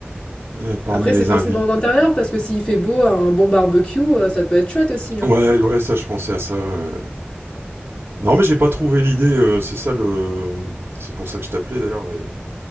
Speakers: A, on the right; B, on the left.
A: euh, parmi
B: Après,
A: les
B: c'est forcément
A: invités.
B: en intérieur, parce que s'il fait beau, un bon barbecue, euh, ça peut être chouette aussi, hein.
A: Ouais, ouais, ça, je pensais à ça. euh. Non, mais j'ai pas trouvé l'idée. euh, c'est ça le, c'est pour ça que je t'appelais d'ailleurs. et-